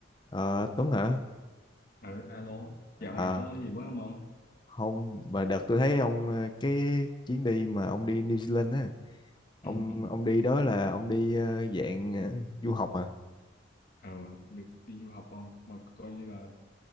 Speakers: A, on the left; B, on the left.
A: Ờ, Tuấn hả?
B: Ờ, alo, dạo
A: Ờ,
B: này có gì mới không ông?
A: không, mà đợt tôi thấy ông ờ, cái chuyến đi mà ông đi New Zealand á, ông
B: Ừ, ừ.
A: ông đi đó là ông đi ờ, dạng ờ, du học à?
B: ờ, được đi du học không? Mà coi như là